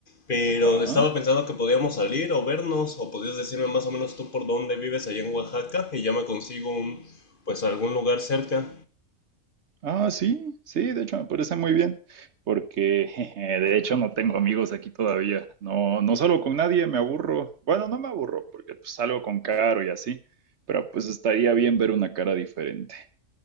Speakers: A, on the left; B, on the right.
A: pero
B: Ajá.
A: estaba pensando que podíamos salir o vernos o podías decirme más o menos tú por dónde vives allá en Oaxaca y ya me consigo un, pues algún lugar cerca.
B: Ah, sí, sí, de hecho me parece muy bien, porque jeje, de hecho no tengo amigos aquí todavía. No, no salgo con nadie, me aburro. Bueno, no me aburro, porque pues, salgo con Caro y así, pero pues estaría bien ver una cara diferente.